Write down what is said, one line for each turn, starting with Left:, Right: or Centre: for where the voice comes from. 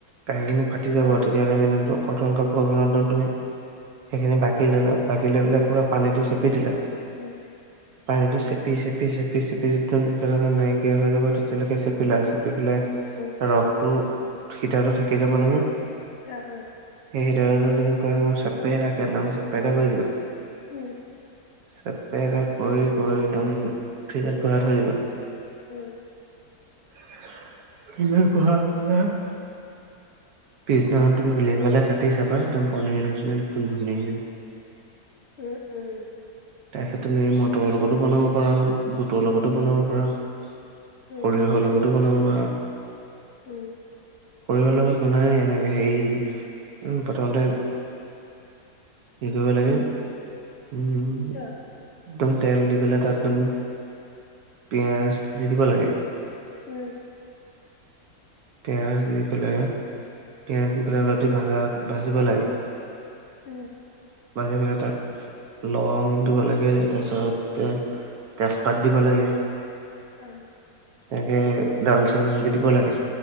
Right: গাখীৰ খিনি ফাটি যাব,
Left: অ
Right: তেতিয়াহলে জামিনিটো কতন কাপোৰ এখনত একদম তুমি, সেইখিনি বাকি ল'লা বাকি লৈ পেলাই পুৰা পানীটো চেপি দিলা।
Left: উম
Right: পানীটো চেপি চেপি চেপি চেপি একদম নাই কিয়া হৈ যাব, তেতিয়ালৈকে চেপিলা চেপি পেলাই,
Left: উম
Right: ৰসটো
Left: উম
Right: হিতাইটো থাকি যাব নহয়।
Left: অঁ অঁ।
Right: <unintelligible>
Left: উম
Right: অ পেইলত ঘহি ঘহি একদম ফ্ৰিজত ভৰাই থৈ দিবা।
Left: উম।
Right: <inaudible> পিছদিনাখন তুমি উলিয়াই পেলাই কাটি চাবা একদম পনীৰ নিচি একদম ধুনীয়া।
Left: উম উম।
Right: তাৰপিছত তুমি মটৰ লগতো বনাব পাৰা, বুটৰ লগত টো বনাব
Left: উম
Right: পাৰা, সৰিয়হৰ
Left: ভাল
Right: লগতো বনাব পাৰা।
Left: উম।
Right: সৰিয়হৰ লগত বনাই এনেকে হেৰি, উম প্ৰথমতে কি কৰিব লাগে উম উম।
Left: অ।
Right: একদম তেল দি পেলাই তাত একদম পিয়াঁজ দি দিব লাগে।
Left: উম।
Right: পিয়াজ দি পেলাই, পিয়াজ দি পেলাই অলপ দেৰি ভাজা ভাজিব লাগে।
Left: উম।
Right: বাঢ়ে বাঢ়ে তাত। লং দিব লাগে তাৰপিছত তেজপাত দিব লাগে।
Left: অ।
Right: এনেকে ডালচেনি এনেকে দিব লাগে।